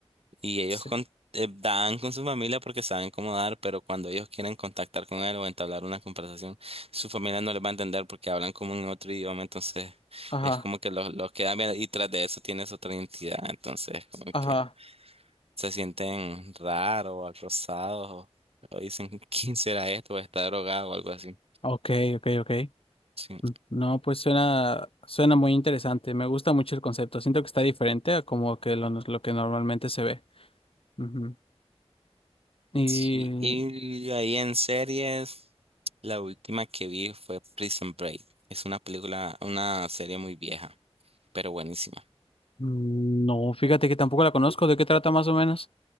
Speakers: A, on the right; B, on the left.
A: Y ellos
B: sí,
A: con- eh, dan con su familia porque saben cómo dar, pero cuando ellos quieren contactar con él o entablar una conversación, su familia no les va a entender porque hablan como en otro idioma, entonces
B: ajá,
A: es como que los, los quedan bien y tras de eso tienes otra identidad, entonces como que
B: ajá,
A: se sienten raros o acosados o, o dicen, <laughs> ¿quién será esto? O está drogado o algo así.
B: ok, ok, ok.
A: Sí.
B: Mm, No, pues suena, suena muy interesante, me gusta mucho el concepto, siento que está diferente a como que lo, lo que normalmente se ve. Ujú. Y
A: Sí, y ahí en series, la última que vi fue Prison Break. Es una película, una serie muy vieja. pero buenísima.
B: mm, no, fíjate que tampoco la conozco, ¿de qué trata más o menos?